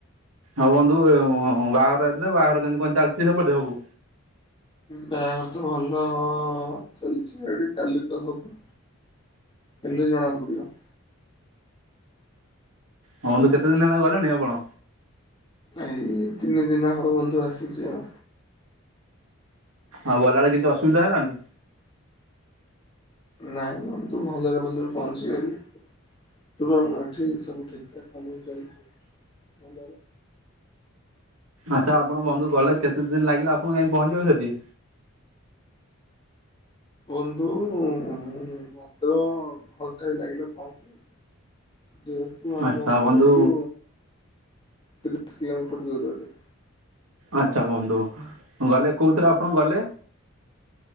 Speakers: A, on the right (about 80°); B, on the left (about 25°).
A: ଆଉ ବନ୍ଧୁ ବାହାଘର ଯାଇଥିଲେ ବାହାଘର କେମିତି କଣ ଚାଲିଚି ସେପଟେ ସବୁ?
B: ବାହାଘର ତ ଭଲ ଚାଲିଚି ଏଠି କାଲି ତ ହବ। ହେଲେ ଜଣା ପଡ଼ିବ।
A: ଆଉ ବନ୍ଧୁ କେତେ ଦିନ ହେଲା ଗଲେଣି ଆପଣ?
B: ଏଇ ତିନି ଦିନ ହବ ବନ୍ଧୁ ଆସିଚି ଆଉ।
A: ଆଉ ଗଲାବେଳେ କିଛି ଅସୁବିଧା ହେଲାନି?
B: ନାଇଁ ବନ୍ଧୁ ଭଲରେ ଭଲରେ ପହଞ୍ଚିଗଲି। <unintelligible> ଏଠି ସବୁ ଠିକ୍ ଠାକ୍ କାମ ଚାଲିଚି। ଭଲ ରେ
A: ଆଚ୍ଛା ଆପଣ ବନ୍ଧୁ ଗଲେ କେତେ ଦିନ ଲାଗିଲା ଆପଣଙ୍କୁ ଯାଇଁକି ପହଞ୍ଚିବାକୁ ସେଠି?
B: ବନ୍ଧୁ ମାତ୍ର ଘଣ୍ଟାଏ ଲାଗିଲା ପହଞ୍ଚିବାକୁ। ଯେ ମୁଁ ଆମ
A: ଆଚ୍ଛା
B: ଘରଠୁ
A: ବନ୍ଧୁ
B: ତିରିଶ କିଲୋମିଟର ଦୂରରେ ବୋଧେ।
A: ଆଚ୍ଛା ବନ୍ଧୁ। ଗଲେ କୋଉଥିରେ ଆପଣ ଗଲେ?